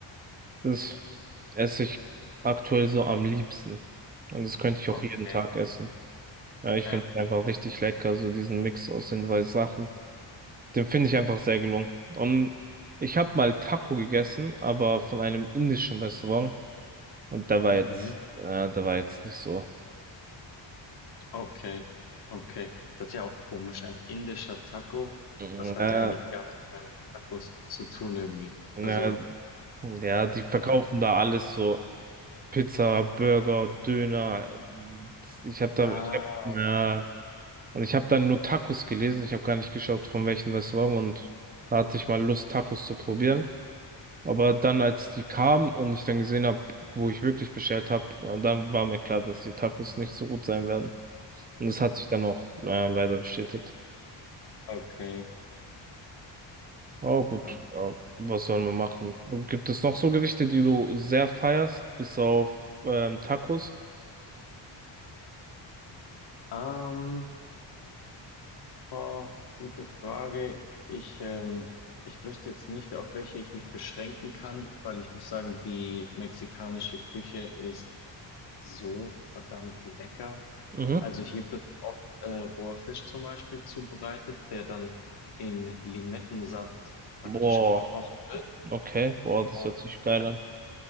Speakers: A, on the right; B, on the left.
A: Das esse ich aktuell so am liebsten. Und das könnte ich auch
B: Okay.
A: jeden Tag essen. Ja, ich
B: Ja.
A: finde es einfach richtig lecker, so diesen Mix aus den zwei Sachen. Den finde ich einfach sehr gelungen. Und ich habe mal Taco gegessen, aber von einem indischen Restaurant. Und da war jetzt,
B: Mhm.
A: äh, da war jetzt nicht so.
B: Okay. Okay. Das ist ja auch komisch. Ein indischer Taco,
A: Mhm.
B: das hat
A: Äh,
B: ja eigentlich gar nichts mehr mit Tacos zu tun irgendwie.
A: ja,
B: Also,
A: ja, die verkaufen
B: naja.
A: da alles so. Pizza, Burger, Döner. Ich habe da,
B: Ah,
A: ich hab, ja, und ich habe dann nur Tacos gelesen. Ich habe gar nicht geschaut, von welchem Restaurant. Und da hatte ich mal Lust, Tacos zu probieren. Aber dann, als die kam und ich dann gesehen habe, wo ich wirklich bestellt habe, dann war mir klar, dass die Tacos nicht so gut sein werden. Und das hat sich dann auch äh, leider bestätigt.
B: okay. Okay.
A: Aber gut,
B: Okay.
A: ja, was sollen wir machen? Gibt es noch so Gerichte, die du sehr feierst, bis auf ähm, Tacos?
B: Ähm, Oh, gute Frage. Ich, ähm, ich wüsste jetzt nicht, auf welche ich mich beschränken kann, weil ich muss sagen, die mexikanische Küche ist so verdammt lecker.
A: Mhm.
B: Also hier wird oft äh, roher Fisch zum Beispiel zubereitet, der dann in Limettensaft praktisch
A: Boah,
B: gekocht wird.
A: okay, boah, das
B: Und
A: hört sich geil an.